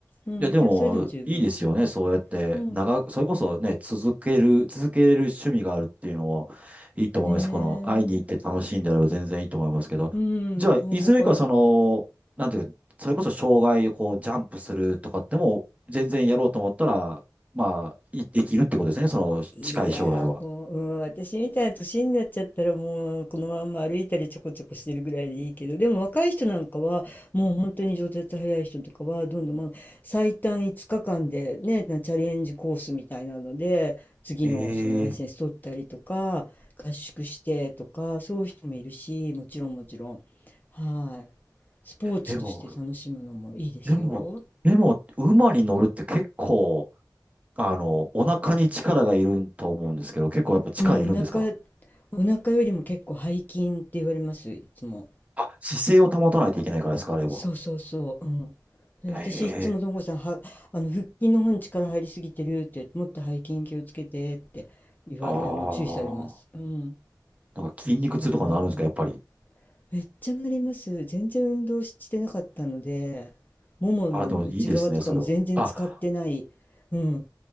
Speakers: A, on the left; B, on the right.
A: うん、
B: いや、でも、
A: でもそれでも十分。
B: いいですよね。そうやって、
A: うん、
B: 長く、それこそね、続ける、続けれる趣味があるっていうのもいいと思います。
A: ねえ。
B: この、会いに行って楽しいんであれば全然いいと思いますけど。
A: うん、
B: じゃあ、
A: もうだから
B: いずれかその、なんていうか、それこそ障害をこう、ジャンプするとかっても、全然やろうと思ったら、まあ、いできるってことですね。その、
A: いやーもう、
B: 近い将来は。
A: うん、私みたいな年になっちゃったらもうこのまんま歩いたりちょこちょこしてるぐらいでいいけどでも若い人なんかはもう本当に上達早い人とかはどんどん、まあ、最短5日間でねなチャレンジコースみたいなので次のそのライセンス取ったりとか合宿してとかそういう人もいるしもちろんもちろん
B: ええ
A: はいスポーツとして楽しむのもいいですよ。
B: でも、でも、でも、馬に乗るって結構、あの、お腹に力がいると思うんですけど、結構やっぱ力いるんですか
A: うん、お腹お腹よりも結構背筋って言われますいつも。
B: あ、姿勢を保たないといけないからですか、あれは。
A: そうそうそう、うん。で私いつもともこさんはあの腹筋の方に力入りすぎてるって言ってもっと背筋気をつけてって言われあの注意されます。
B: へえああ。
A: うん、
B: なんか筋肉痛とかなるんですか、
A: そんな感じ。
B: やっぱり。
A: めっちゃなります。全然運動してなかったので、ももの内側とかの全然使ってない、
B: あ、でもいいですね、それは。あ、
A: うん、